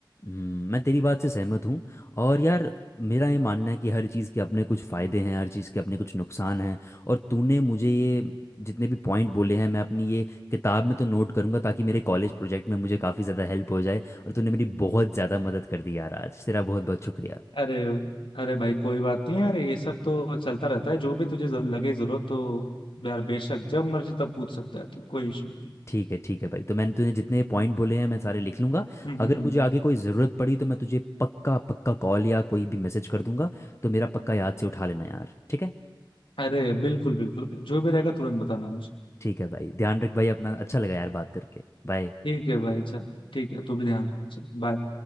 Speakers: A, on the left; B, on the left.
A: हम्म, मैं तेरी बात से सहमत हूँ और यार मेरा ये मानना है कि हर चीज़ के अपने कुछ फ़ायदे हैं हर चीज़ के अपने कुछ नुकसान हैं और तूने मुझे ये जितने भी पॉइंट बोले हैं मैं अपनी ये किताब में तो नोट करूँगा ताकि मेरे कॉलेज प्रोजेक्ट में मुझे काफ़ी ज़्यादा हेल्प हो जाए और तूने मेरी बहुत ज़्यादा मदद कर दी यार आज तेरा बहुत बहुत शुक्रिया
B: अरे अरे भाई कोई बात नहीं यार ये सब तो चलता रहता है जो भी तुझे जरूर, लगे जरूरत तो यार बेशक जब मर्जी तब पूछ सकता है तू कोई इशू नहीं
A: ठीक है ठीक है भाई तो मैंने तूने जितने पॉइंट बोले हैं मैं सारे लिख लूँगा
B: हम्म हम्म
A: अगर
B: हम्म।
A: मुझे आगे कोई ज़रूरत पड़ी तो मैं तुझे पक्का पक्का कॉल या कोई भी मैसेज कर दूंगा तो मेरा पक्का याद से उठा लेना यार ठीक है
B: अरे बिल्कुल बिल्कुल जो भी रहेगा तुरंत बताना मुझे
A: ठीक है भाई ध्यान रख भाई अपना अच्छा लगा यार बात करके बाय
B: ठीक है भाई चल ठीक है तू भी ध्यान रख चल बाय